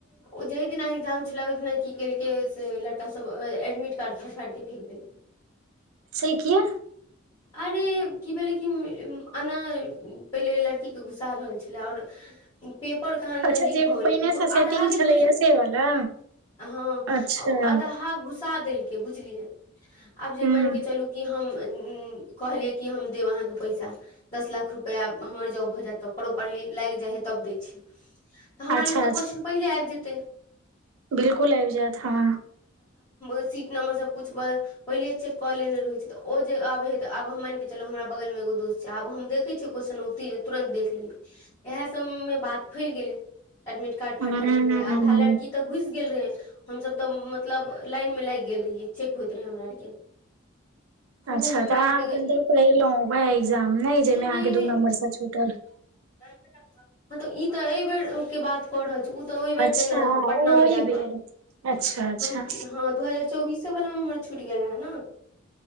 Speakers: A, on the left (about 25°); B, on the right (about 85°).
A: ओ जेई दिना एग्जाम छले ओहि दिना की केलके से लड़का सब एडमिट कार्ड फाड़ फाड़ के फेक देलक
B: से किया
A: ह <inaudible> अरे की भेलै कि एना पहिले लड़कीकेँ घुसा रहल छलै आओर पेपर कहाँ न
B: अच्छा
A: लीक
B: जे
A: भ
B: ओ
A: गेलै
B: पहिने से सेटिंग
A: आधा के
B: छलैया
A: घुसा
B: से वाला
A: हँ
B: अच्छा
A: आ अधहा घुसा देलखिन आ बुझलियौ आ
B: हूं
A: जे मानि के चलू की हम कहलियै कि हम देब अहाँके पैसा दस लाख रुपैआ हमर जॉब भ जायत त प्रॉपरली लाग जाइ हइ तब दै छै तऽ हमरा
B: अच्छा
A: लग तऽ क्वेश्चन पहिले आबि जेतै
B: बिलकुल आबि जायत हँ
A: सीट नम्बर सब कुछ पहिले चेक क लेने रहे छै त ओ जे आबे हे ते आब हम मानिके चलो हमरा बगल मे एगो दोस छै आब हम देखे छिय क्वेश्चन ओतेक तुरन्त देख लेबे यहाँ सभ मे बात फेर गेले एड कार्ड फाड़ि
B: हूँ
A: फाड़ि के आधा लडकी तऽ घुस गेल रहे हम सब तऽ मतलब लाइन मे लाग गेल रहियै चेक हो हमरा आरके फू
B: अच्छा तऽ
A: मैड
B: अहाँ
A: ए
B: अपन तऽ कहलहुँ उएह एग्जाम नहि जाहिमे
A: नहि
B: अहाँके दू नम्बरसँ छुटल
A: हँ तऽ ई तऽ एहि बेरके बात रहल छी तऽ ओहि बेर
B: अच्छा
A: देने रह पटना
B: ओहि
A: मे जााक
B: बेर अच्छा अच्छा
A: हँ दू हजार चौबीस वलामे हमर छुटि गेलै है ने